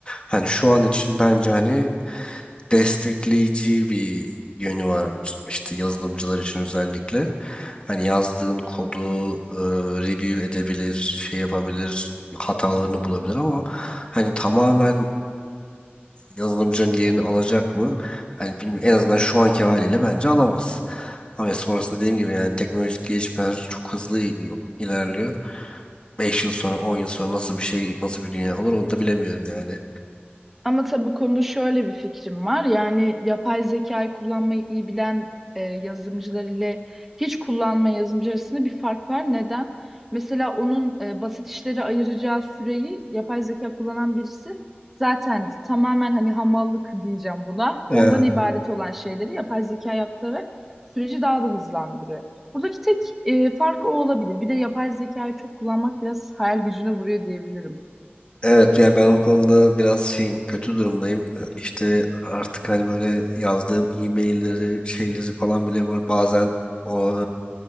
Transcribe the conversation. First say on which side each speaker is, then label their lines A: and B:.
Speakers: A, on the left (about 25°); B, in the centre.
A: hani şu an için bence hani destekleyici bir yönü var işte yazılımcılar için özellikle hani yazdığın kodu e, review edebilir şey yapabilir hatalarını bulabilir ama hani tamamen yazılımcının yerini alacak mı? Hani bilmiyorum. En azından şu anki haliyle bence alamaz. Ama sonrasında dediğim gibi yani teknolojik gelişmeler çok hızlı il- ilerliyor. 5 yıl sonra 10 yıl sonra nasıl bir şey nasıl bir dünya olur onu da bilemiyorum yani.
B: Ama tabii bu konuda şöyle bir fikrim var. Yani yapay zekayı kullanmayı iyi bilen e, yazılımcılar ile hiç kullanmayan yazılımcı arasında bir fark var. Neden? Mesela onun e, basit işleri ayıracağı süreyi yapay zeka kullanan birisi zaten tamamen hani hamallık diyeceğim buna.
A: Ee,
B: Ondan ibaret olan şeyleri yapay zeka yaptırarak süreci daha da hızlandırıyor. Buradaki tek e, fark o olabilir. Bir de yapay zekayı çok kullanmak biraz hayal gücüne vuruyor diyebilirim.
A: Evet yani ben o konuda biraz şeyim kötü durumdayım. Ee, İşte artık hani böyle yazdığım e-mailleri şeyleri falan bile ba- bazen o